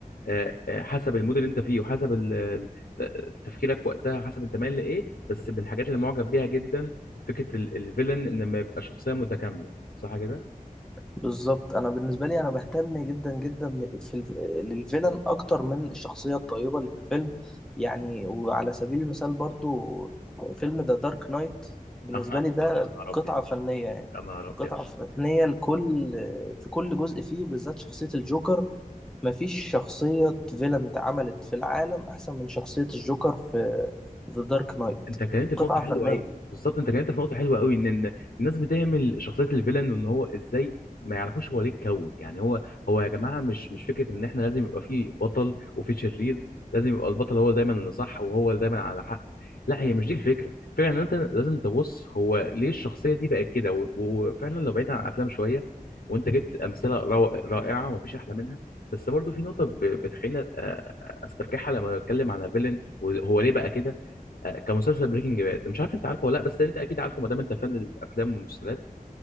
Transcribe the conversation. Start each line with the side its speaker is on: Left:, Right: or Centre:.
Left: آه، آه، حسب المود اللي انت فيه وحسب ال- ال- ت- تفكيرك وقتها وحسب انت مايل لايه بس من الحاجات اللي معجب بيها جدا فكره ال- الفيلن ان ما يبقى شخصيه متكامله صح كده؟
Centre: بالظبط انا بالنسبه لي انا بهتم جدا جدا م- في الف... للفيلن اكتر من الشخصيه الطيبه اللي في الفيلم يعني وعلى سبيل المثال برضو فيلم ذا دارك نايت بالنسبه
Left: <laughs>
Centre: لي
Left: يا
Centre: ده
Left: نهار ابيض
Centre: قطعه فنيه يعني
Left: يا نهار ابيض
Centre: قطعه فنيه لكل في كل جزء فيه وبالذات شخصيه الجوكر مفيش شخصيه فيلن اتعملت في العالم احسن من شخصيه الجوكر في ذا دارك نايت
Left: انت اتكلمت في
Centre: قطعه
Left: نقطه حلوه
Centre: فنيه
Left: قوي بالظبط انت اتكلمت في نقطه حلوه قوي ان ان الناس بتهمل شخصيه الفيلن وان هو ازاي ما يعرفوش هو ليه اتكون يعني هو هو يا جماعه مش مش فكره ان احنا لازم يبقى فيه بطل وفيه شرير لازم يبقى البطل هو دايما اللي صح وهو اللي دايما على حق لا هي مش دي الفكره الفكره ان انت لازم تبص هو ليه الشخصيه دي بقت كده و- وفعلا لو بعيد عن الافلام شويه وانت جبت امثله رو- رائعه ومفيش احلى منها بس برضو في نقطه ب- بتخليني أ- استرجعها لما اتكلم على فيلن وهو ليه بقى كده آه، كمسلسل بريكنج باد مش عارف انت عارفه ولا لا بس انت اكيد عارفه ما دام انت فان الافلام والمسلسلات